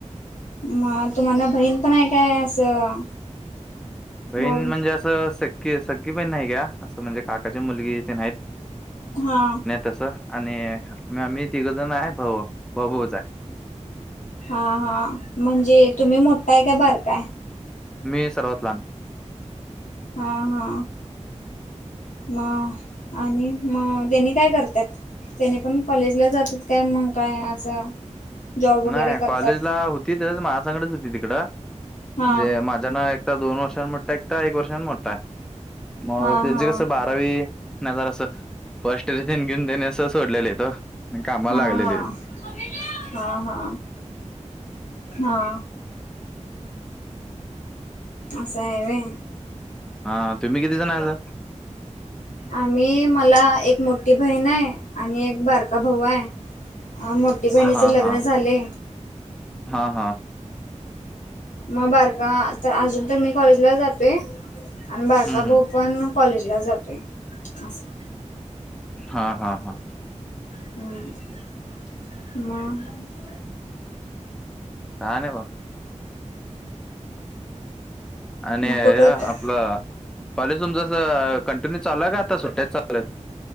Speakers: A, on the left; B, in the centre.
A: मग तुम्हाला बहीण पण आहे काय असं.
B: बहीण
A: भाऊ
B: म्हणजे असं सख्खी सख्खी बहीण नाही घ्या, असं म्हणजे काकाची मुलगी तेन हायत.
A: हा.
B: तसं आणि आम्ही तिघंजणच आहे. भाऊ, भाऊ भाऊच आहे.
A: हा हा, म्हणजे तुम्ही मोठाय का बारकाय.
B: मी सर्वात लहान.
A: हा हा. मग, आणि मग तेनी काय करत्यात. त्यानी पण कॉलेजला जातात, काय मग काय असं. जॉब वगैरे
B: नाही
A: करतात.
B: कॉलेजला होती तर माझ्यासंगटच होती तिकडं,
A: हा
B: म्हणजे माझ्यान एक दोन वर्षान मोठा एकटा एकटाय, एक वर्षान मोठाय, मग
A: हा
B: त्यांच
A: हा
B: कस बार रावी, मग जरास फर्स्ट तेन घेऊन त्याने असं सोडलेलीत ओ, आणि कामाला
A: हा
B: लागलेलीत.
A: हा हा, हा, हा. असं आहे होय.
B: हा, तुम्ही किती जण हायसा.
A: आम्ही, मला एक मोठी बहिणाय, आणि एक बारका भाऊ हाय. आ, मोठी बहिणीच
B: हा
A: लग्न
B: हा
A: झालय.
B: हा हा
A: मग बारका तर अजून तर मी कॉलेजला जातोय. आणि बारका
B: हम्म
A: भाऊ
B: हम्म
A: पण कॉलेज ला जातोय, असं.
B: हां, हां, हां.
A: हम्म मग.
B: काय नाही बघ‌. आणि
A: मग
B: हे
A: कुठं
B: आपलं कॉलेज तुमच अस कंटिन्यू चालुय, का आता सुट्ट्यात चालूयत.